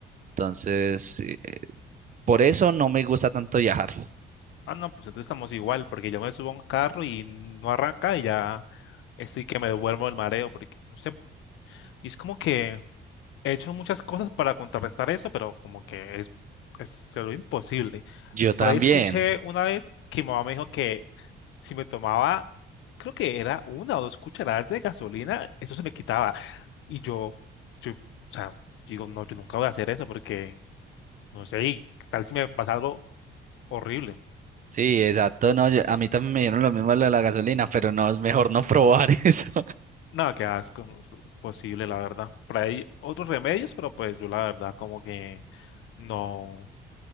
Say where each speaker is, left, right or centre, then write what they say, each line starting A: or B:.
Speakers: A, on the right (about 40°); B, on the left (about 80°).
A: Entonces, eh, por eso no me gusta tanto viajar.
B: Ah, no, pues entonces estamos igual, porque yo me subo a un carro y no arranca y ya estoy que me duermo el mareo, porque no sé, y es como que he hecho muchas cosas para contrarrestar eso, pero como que es, es se lo imposible.
A: Yo también.
B: Por ahí escuché una vez que mi mamá me dijo que si me tomaba, creo que era una o dos cucharadas de gasolina, eso se me quitaba. Y yo, yo, o sea, digo, no, yo nunca voy a hacer eso porque, no sé, y ¿qué tal si me pasa algo horrible?
A: Sí, exacto. No, yo- a mí también me dieron lo mismo lo de la gasolina, pero no, es mejor no probar <laughs> eso.
B: No, qué asco, no es posible, la verdad. Por ahí hay otros remedios, pero pues yo la verdad como que no,